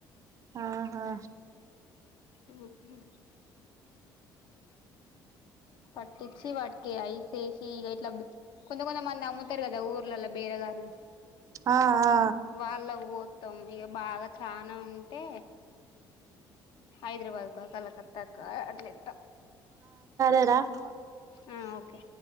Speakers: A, on the right (about 40°); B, on the left (about 65°).
A: ఆహా
B: ఉ ఉ పట్టి వచ్చి వాటికి ఐసేసి ఇగ ఇట్ల కొంత మంది అమ్మాన్నె అమ్ముతరు కదా ఊర్లల్ల బేరగార్లు,
A: ఆ ఆ
B: వాళ్ళవ్ వొత్తం ఇక బాగా చానా ఉంటే హైద్రాబాద్ కు కలకత్తా కా అట్లెత్త
A: కద
B: ఆ ఓకే